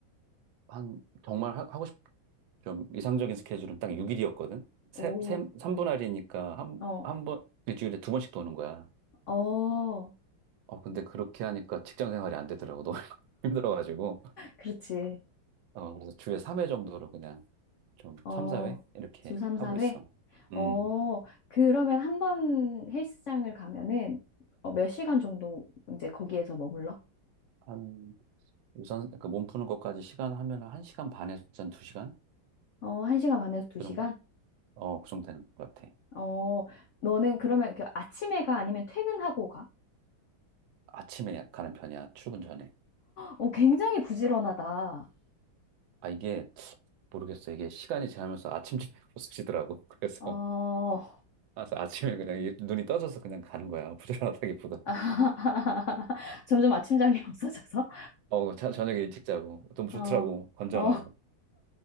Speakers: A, on the right (about 80°); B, on the left (about 85°).
A: 한 정말 하, 고 싶, 좀 이상적인 스케줄은 딱 6일이었거든. 세,
B: 오.
A: 세, 3분 할이니까 한,
B: 어.
A: 한 번, 일주일에 두 번씩 도는 거야.
B: 어,
A: 어, 근데 그렇게 하니까 직장 생활이 안 되더라고. 너무 <laughs> 힘들어가지고.
B: 그렇지.
A: 어, 그래서 주에 3회 정도로 그냥 좀
B: 어,
A: 3, 4회 이렇게
B: 주 3,
A: 하고
B: 4회?
A: 있어. 음.
B: 어, 그러면 한번 헬스장을 가면은 어, 몇 시간 정도 이제 거기에서 머물러?
A: 한 유산 그 몸 푸는 것까지 시간 하면 한 1시간 반에서 한 2시간
B: 어, 1시간 반에서 2시간?
A: 그 정도 어, 그 정도 되는 것 같아.
B: 어, 너는 그러면 그 아침에 가 아니면 퇴근하고 가?
A: 아침에 가는 편이야. 출근 전에.
B: 어, 굉장히 부지런하다.
A: 아 이게 모르겠어. 이게 시간이 지나면서 아침잠이 <laughs> 없어지더라고. 그래서
B: 어,
A: 그래서 아침에 그냥 이- 눈이 떠져서 그냥 가는 거야. 부지런하다기보다.
B: <laughs> 점점 아침잠이 없어져서?
A: 어, 자- 저녁에 일찍 자고 너무 좋더라고.
B: 어,
A: 건전하고.
B: 어,